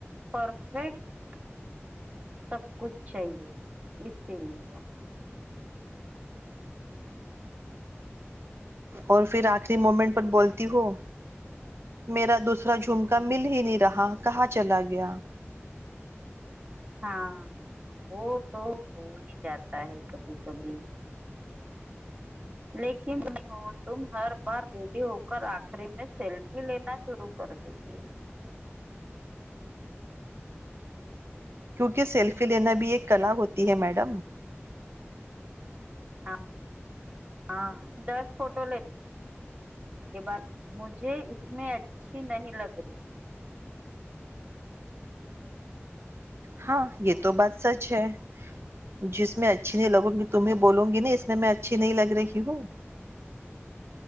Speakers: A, on the right; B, on the right.
A: پرفیکٹ سب کچھ چاہیے اسی لیے
B: اور پھر آخری مومنٹ پر بولتی ہو میرا دوسرا جھومکا مل ہی نہیں رہا کہاں چلا گیا
A: ہاں ہاں وہ تو ہو ہی جاتا ہے کبھی کبھی لیکن اور تم ہر بار ریڈی ہوک آخری میں سیلفی لینا شروع کر دیتی ہو
B: کیونکہ سیلفی لینا بھی ایک کلا ہوتی ہے میڈم
A: ہاں ہاں دس فوٹو ل کے بعد مجھے اس میں اچھی نہیں لگ رہی
B: ہاں یہ تو بات سچ ہے جس میں اچھی نہیں لگوں گی تمیں بولوں گی نا اس میں میں اچھی نہیں لگ رہی ہوں